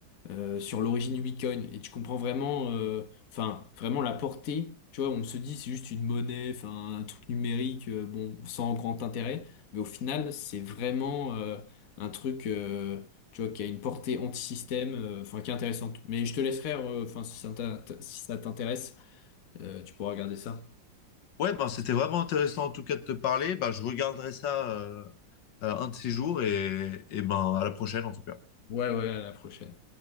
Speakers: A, on the left; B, on the left.
A: euh, sur l'origine du Bitcoin et tu comprends vraiment, euh, enfin, vraiment la portée. Tu vois, on se dit c'est juste une monnaie, enfin, un truc numérique, euh, bon, sans grand intérêt, mais au final, c'est vraiment euh, un truc, euh, tu vois, qui a une portée anti-système, euh, enfin, qui est intéressante. Mais je te laisserai, euh, enfin, si ça t'in- si ça t'intéresse, euh, tu pourras regarder ça.
B: Ouais, ben, c'était vraiment intéressant en tout cas de te parler. Ben, je regarderai ça euh, euh, un de ces jours et, et ben, à la prochaine en tout cas.
A: Ouais, ouais, à la prochaine.